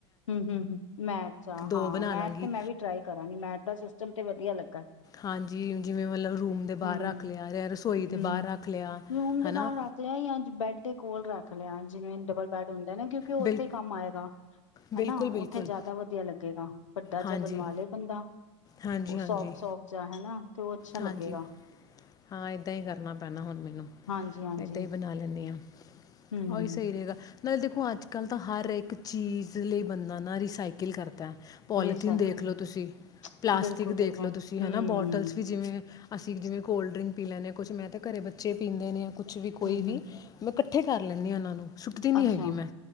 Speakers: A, on the left (about 80°); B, on the left (about 25°).
A: ਹੂੰ, ਹੂੰ, ਹੂੰ, ਮੈਟ ਚ
B: ਦੋ
A: ਹਾਂ
B: ਬਣਾ
A: ਮੈਟ
B: ਲਾਂਗੀ
A: ਤੇ ਮੈਂ ਵੀ ਟਰਾਈ ਕਰਾਂਗੀ ਮੈਟ ਤਾਂ ਸਿਸਟਮ ਤੇ ਵਧੀਆ ਲੱਗਾ।
B: ਹਾਂਜੀ ਜਿਵੇਂ ਮਤਲਬ ਰੂਮ ਦੇ ਬਾਹਰ
A: ਹੂੰ।
B: ਰੱਖ ਲਿਆ ਯਾਂ ਰਸੋਈ
A: ਹੂੰ
B: ਦੇ ਬਾਹਰ ਰੱਖ ਲਿਆ
A: ਰੂਮ ਦੇ
B: ਹਨਾਂ
A: ਬਾਹਰ ਰੱਖ ਲਿਆ ਜਾਂ ਬੈਡ ਦੇ ਕੋਲ ਰ <unintelligible> ਜਿਵੇਂ ਡਬਲ ਬੈਡ ਹੁੰਦਾ ਨਾ ਕਿਉੰਕਿ ਉੱਥੇ
B: ਬਿਲ
A: ਹੀ ਕੰਮ ਆਏਗਾ
B: ਬਿਲਕੁਲ
A: ਹਨਾ
B: ਬਿਲਕੁਲ
A: ਉੱਥੇ ਜਿਆਦਾ ਵਧੀਆ ਲੱਗੇਗਾ। ਵੱਡਾ ਜਿਹਾ
B: ਹਾਂਜੀ
A: ਬਣਵਾ ਲਿਆ ਬੰਦਾ
B: ਹਾਂਜੀ
A: ਉਹ ਸੋਫਟ
B: ਹਾਂਜੀ
A: ਸੋਫਟ ਜਿਹਾ ਹੈ ਨਾ ਤੋਂ ਅੱਛਾ
B: ਹਾਂਜੀ
A: ਲੱਗੇਗਾ
B: ਹਾਂ ਏਦਾ ਹੀ ਕਰਨਾ ਪੈਣਾ ਹੁਣ ਮੈਨੂੰ
A: ਹਾਂਜੀ ਹਾਂਜੀ
B: ਏਦਾ ਹੀ ਬਣਾ ਲੈਣੀ ਆ
A: ਹੂੰ
B: ਓਹੀ ਸਹੀ ਰਹੇਗਾ ਨਾਲੇ ਦਖੋ ਅੱਜਕਲ ਤਾਂ ਹਰ ਇਕ ਚੀਜ਼ ਲਈ ਬੰਦਾ ਨਾ ਰੀਸਾਇਕਲ ਕਰਦਾ ਪੋਲੀਥੀਨ
A: ਰੀਸਾਈਕਲ
B: ਦੇਖ ਲਓ ਤੁਸੀਂ ਪਲਾਸਟਿਕ
A: ਬਿਲਕੁਲ ਬਿਲਕੁਲ
B: ਦੇਖ ਲਓ ਤੁਸੀ ਹਨਾਂ
A: ਹੂੰ
B: ਬੋਟਲਜ਼ ਵੀ ਜਿਵੇਂ ਅਸੀ ਜਿਵੇਂ ਕੋਲ੍ਡ ਡਰਿੰਕ ਪੀ ਲੈਂਨੇ ਕੁਛ ਮੈਂ ਤੇ ਘਰੇ ਬੱਚੇ ਵੀ ਪੀਂਦੇ ਨੇ ਕੁੱਛ ਵੀ ਕੋਈ
A: ਹੂੰ
B: ਵੀ
A: ਹੂੰ
B: ਕਰ ਲੈਂਨੀ ਆ ਉਹਨਾਂ ਨੂੰ ਸੁਟਦੀ ਨੀ
A: ਅੱਛਾ
B: ਹੈਗੀ ਮੈਂ,